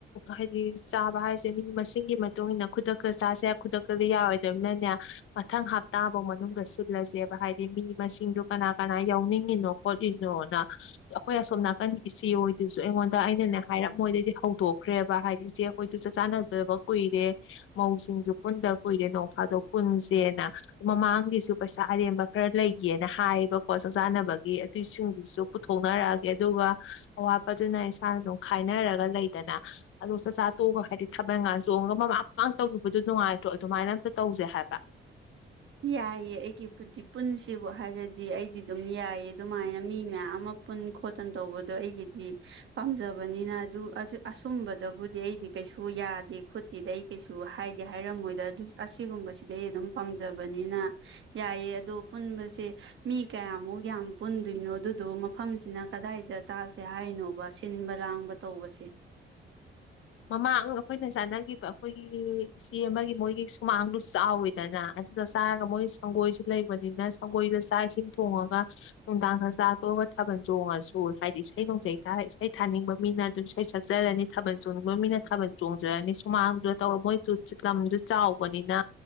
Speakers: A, on the left; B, on the right.
A: ꯍꯥꯏꯗꯤ ꯆꯥꯕ ꯍꯥꯏꯁꯦ ꯃꯤ ꯃꯁꯤꯡꯒꯤ ꯃꯇꯨꯡ ꯃꯇꯨꯡꯏꯟꯅ ꯈꯨꯗꯛꯇ ꯆꯥꯁꯦ ꯈꯨꯗꯛꯇꯗꯤ ꯌꯥꯔꯣꯏꯗꯕꯅꯅꯦ ꯃꯊꯪ ꯍꯞꯇꯥꯐꯧ ꯃꯅꯨꯡꯗ ꯁꯤꯜꯂꯁꯦꯕ ꯍꯥꯏꯗꯤ ꯃꯤ ꯃꯁꯤꯡꯗꯨ ꯀꯅꯥ ꯀꯅꯥ ꯌꯥꯎꯅꯤꯡꯉꯤꯅꯣ ꯄꯣꯠꯂꯤꯅꯣꯅ ꯑꯩꯈꯣꯏ ꯑꯁꯣꯝ ꯅꯥꯀꯟ ꯏꯆꯦ ꯑꯣꯏꯗꯨꯣꯏꯁꯨ ꯑꯩꯉꯣꯟꯗ ꯑꯩꯅꯅꯦ ꯍꯥꯏꯔꯞ ꯃꯣꯏꯗꯩꯗꯤ ꯍꯧꯗꯣꯛꯈ꯭ꯔꯦꯕ ꯍꯥꯏꯗꯤ ꯏꯆꯦ ꯑꯩꯈꯣꯏꯗ ꯆꯠ ꯆꯥꯟꯅꯗꯕ ꯀꯨꯏꯔꯦ ꯃꯧꯁꯤꯡꯁꯨ ꯄꯨꯟꯗ ꯀꯨꯏꯔꯦ ꯅꯣꯡ ꯐꯥꯗꯣꯛ ꯄꯨꯟꯁꯦꯅ ꯃꯃꯥꯡꯒꯤꯁꯨ ꯄꯩꯁꯥ ꯑꯔꯦꯝꯕ ꯈꯔ ꯂꯩꯒꯦꯅ ꯍꯥꯏꯌꯦꯕꯀꯣ ꯆꯥꯛ ꯆꯥꯅꯕꯒꯤ ꯑꯗꯨꯏꯁꯤꯡꯗꯨꯁꯨ ꯄꯨꯊꯣꯛꯅꯔꯛꯑꯒꯦ ꯑꯗꯨꯒ ꯑꯋꯥꯠꯄꯗꯨꯅ ꯏꯁꯥꯅ ꯑꯗꯨꯝ ꯈꯥꯏꯅꯔꯒ ꯂꯩꯗꯅ ꯑꯗꯣ ꯆꯥꯛꯆꯥ ꯇꯣꯛꯑꯒ ꯍꯥꯏꯗꯤ ꯊꯥꯕꯜ ꯀꯥꯟ ꯆꯣꯡꯉꯒ ꯃꯃꯥꯡ ꯃꯃꯥꯡ ꯇꯧꯈꯤꯕꯗꯨꯣ ꯅꯨꯡꯉꯥꯏꯇ꯭ꯔꯣ ꯑꯗꯨꯃꯥꯏꯅ ꯑꯝꯇ ꯇꯧꯁꯦ ꯍꯥꯏꯕ
B: ꯌꯥꯏꯑ ꯑꯩꯒꯤ ꯄꯨꯟꯁꯤꯕꯨ ꯍꯥꯏꯔꯗꯤ ꯑꯩꯗꯤ ꯑꯗꯨꯝ ꯌꯥꯏꯑ ꯑꯗꯨꯃꯥꯏꯅ ꯃꯤ ꯃꯌꯥꯝ ꯑꯃ ꯄꯨꯟ ꯈꯣꯠꯇꯅ ꯇꯧꯕꯗꯣ ꯑꯩꯒꯤꯗꯤ ꯄꯥꯝꯖꯕꯅꯤꯅ ꯑꯗꯨ ꯑꯁꯨꯝꯕꯗꯕꯨꯗꯤ ꯑꯩꯗꯤ ꯀꯩꯁꯨ ꯌꯥꯗꯦ ꯈꯣꯠꯇꯦꯗ ꯑꯩ ꯀꯩꯁꯨ ꯍꯥꯏꯗꯦ ꯍꯥꯏꯔꯝꯃꯣꯏꯗ ꯑꯁꯤꯒꯨꯝꯕꯁꯤꯗꯩ ꯑꯗꯨꯝ ꯄꯥꯝꯖꯩ ꯐꯖꯕꯅꯤꯅ ꯌꯥꯏꯌꯦ ꯑꯗꯣ ꯄꯨꯟꯕꯁꯦ ꯃꯤ ꯀꯌꯥꯃꯨꯛ ꯌꯥꯝ ꯄꯨꯟꯗꯣꯏꯅꯣ ꯑꯗꯨꯗꯣ ꯃꯐꯝꯁꯤꯅ ꯀꯗꯥꯏꯗ ꯆꯥꯁꯦ ꯍꯥꯏꯅꯣ ꯁꯤꯟꯕ ꯂꯥꯡꯕ ꯇꯧꯕꯁꯦ
A: ꯃꯃꯥꯡ ꯑꯩꯈꯣꯏꯅ ꯆꯥꯅꯈꯤꯕ ꯑꯩꯈꯣꯏꯒꯤ ꯆꯦ ꯑꯃꯒꯤ ꯃꯣꯏꯒꯤ ꯁꯨꯃꯥꯡꯗꯨ ꯆꯥꯎꯋꯤꯗꯅ ꯑꯗꯨꯗ ꯆꯥꯔꯒ ꯃꯣꯏ ꯁꯪꯒꯣꯏꯁꯨ ꯂꯩꯕꯅꯤꯅ ꯑꯩꯈꯣꯏꯗ ꯆꯥꯛ ꯏꯁꯤꯡ ꯊꯣꯡꯉꯒ ꯅꯨꯡꯗꯥꯡꯒ ꯆꯥꯊꯣꯛꯑꯒ ꯊꯥꯕꯜ ꯆꯣꯡꯉꯁꯨ ꯍꯥꯏꯗꯤ ꯏꯁꯩ ꯅꯣꯡꯖꯩ ꯈꯥꯔ ꯏꯁꯩ ꯊꯥꯅꯤꯡꯕ ꯃꯤꯅ ꯑꯗꯨ ꯑꯩ ꯁꯛꯆꯔꯅꯤ ꯊꯕꯜ ꯆꯣꯡ ꯃꯣꯏ ꯃꯤꯅ ꯊꯥꯕꯜ ꯆꯣꯡꯖꯔꯅꯤ ꯁꯨꯃꯥꯡꯗꯨꯗ ꯇꯧꯔ ꯃꯣꯏꯁꯨ ꯆꯤꯛꯂꯝꯗꯨꯁꯨ ꯆꯥꯎꯕꯅꯤꯅ